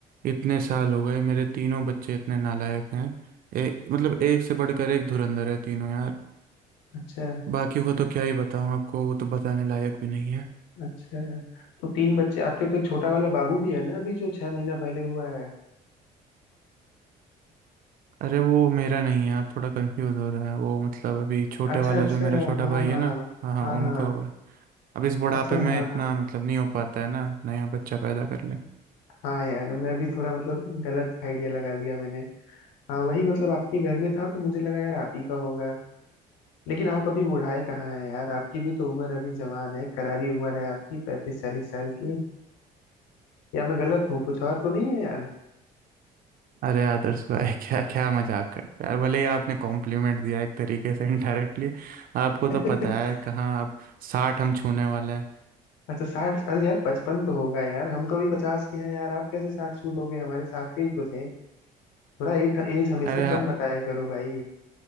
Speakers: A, on the right; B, on the left.
A: इतने साल हो गए मेरे तीनों बच्चे इतने नालायक हैं ए, मतलब एक से बढ़कर एक धुरंधर है तीनों यार
B: अच्छा
A: बाकी को तो क्या ही बताऊँ आपको वो तो बताने लायक भी नहीं है
B: अच्छा तो तीन बच्चे आपके तो एक छोटा वाला बाबू भी है ना अभी जो छह महीना पहले हुआ है
A: अरे वो मेरा नहीं है आप थोड़ा कंफ्यूज हो रहे हैं वो मतलब अभी छोटे
B: अच्छा
A: वाला
B: अच्छा
A: जो मेरा छोटा
B: हाँ
A: भाई
B: हाँ
A: है ना हाँ हाँ
B: हाँ हाँ
A: उनका हुआ है अब इस बुढ़ापे
B: अच्छा
A: में
B: हाँ
A: इतना
B: हाँ
A: मतलब नहीं हो पाता है ना नया बच्चा पैदा कर ले
B: हाँ यार मैं भी थोड़ा मतलब गलत आइडिया लगा लिया मैंने हाँ वही मतलब आपके घर में था तो मुझे लगा यार आप ही का होगा लेकिन आप अभी बुढ़ाए कहाँ हैं यार आपकी भी तो उम्र अभी जवान है करारी उम्र है आपकी पैंतीस चालीस साल की या मैं गलत हूँ कुछ और तो नहीं है यार
A: अरे आदर्श भाई <laughs> क्या क्या मजाक करते हैं भले ही आपने कॉम्प्लीमेंट दिया एक तरीके से इनडायरेक्टली आपको
B: <laughs>
A: तो पता है यार कहाँ अब साठ हम छूने वाले हैं
B: अच्छा साठ अरे यार पचपन तो होगा यार हम तो अभी पचास के हैं यार आप कैसे साठ सूद हो गए हमारे साथ के ही तो थे थोड़ा एट एज हमेशा
A: अरे आ-
B: कम बताया करो भाई